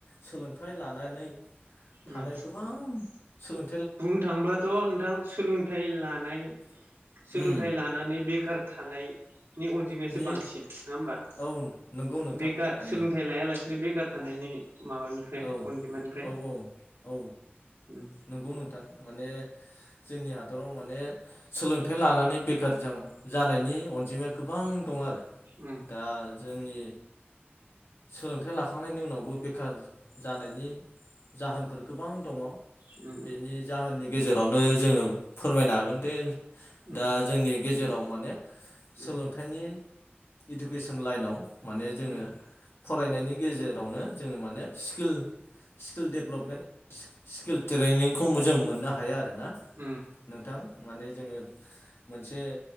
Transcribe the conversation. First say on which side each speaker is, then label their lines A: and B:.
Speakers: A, on the left; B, on the right.
A: सोलोंथाइ लानानै थानाय
B: उम
A: गोबां सोलों
B: बुंनो थाङोब्लाथ' नोंथां सोलोंथाइ लानाय सोलोंथाइ
A: उम
B: लानानै बेखार थानाय नि अनजिमायासो
A: नि
B: बांसिन नङा ओमबा
A: औ नंगौ नोंथां
B: बेखार
A: उम
B: सोलोंथाइ लायालासिनो बेखार थानायनि माबानिफ्राय
A: औ
B: अनजिमानिफ्राय
A: औ औ औ
B: उम
A: नंगौ नोंथां माने जोंनि हादराव माने सोलोंथाइ लानानै बेखार जा जानायनि अनजिमाया गोबां दं आरो
B: उम
A: दा जोंनि सोलोंथाइ लाखांनायनि उनावबो बेखार जानायनि जाहोनफोर गोबां दङ। बेनि
B: उम
A: जाहोननि गेजेरावनो जोङो फोरमायनो हागोन दे।
B: उम
A: दा जोंनि गेजेराव माने सोलोंथाइनि
B: उम
A: इडुकेसन लाइनाव माने
B: उम
A: जोङो फरायनायनि गेजेर आवनो जोङो माने किल स्किल देभेलपमेन्ट स्किल ट्रेनिंखौ मो जों मोननो हाया आरो ना
B: उम
A: नोंथां माने जोङो मोनसे